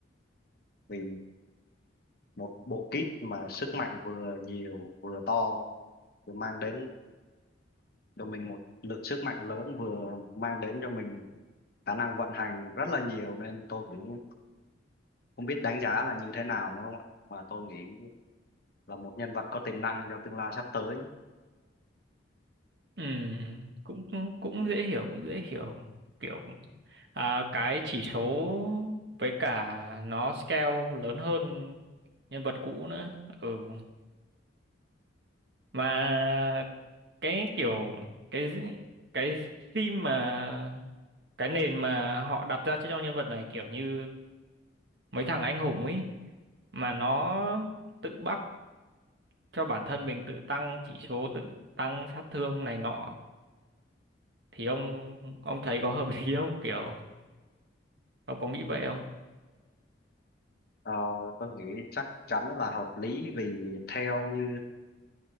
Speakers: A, on the left; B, on the right.
A: vì một bộ kit mà sức mạnh vừa nhiều vừa to vừa mang đến cho mình một lượng sức mạnh lớn vừa mang đến cho mình khả năng vận hành rất là nhiều nên tôi cũng không biết đánh giá là như thế nào nữa không ạ mà tôi nghĩ là một nhân vật có tiềm năng cho tương lai sắp tới
B: ừ, cũng cũng cũng dễ hiểu cũng dễ hiểu kiểu à, cái chỉ số với cả nó scale lớn hơn nhân vật cũ nữa ừ mà cái kiểu cái cái theme mà cái nền mà họ đặt ra cho nhân vật này kiểu như mấy thằng anh hùng ấy mà nó tự bắt cho bản thân mình tự tăng chỉ số tự tăng sát thương này nọ thì ông ông thấy có hợp <laughs> lý không kiểu ông có nghĩ vậy không
A: Ờ, tôi nghĩ chắc chắn là hợp lý vì theo như